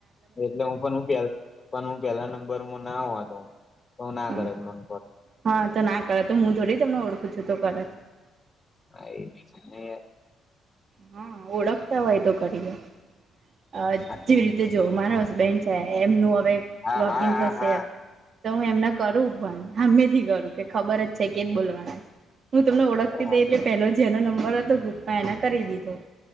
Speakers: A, on the left (about 35°); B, on the right (about 55°).
A: એટલે હું પણ પેલ પણ હું પેલા નંબર ના હોતો તો ના
B: હા
A: કરત મન
B: હા તો ના કર તો મું જોડી તમને ઓળખું છું તો કરત
A: આ
B: હા ઓળખતા હોય તો કરીએ. અ જેવી
A: હા તો
B: રીતે જો મારા હસબેન્ડ છે એમનું
A: હા
B: લોગિન
A: હા હા
B: થશે
A: હા
B: તો હું એમના કરુ પણ હામેથી કરું કે ખબર જ છે કેજ બોલવાના છે. હું તમને ઓળખતી
A: અરે હા
B: દઈ એટલે પેલો જેનો નંબર હતો ગ્રુપમાં એને કરી દીધો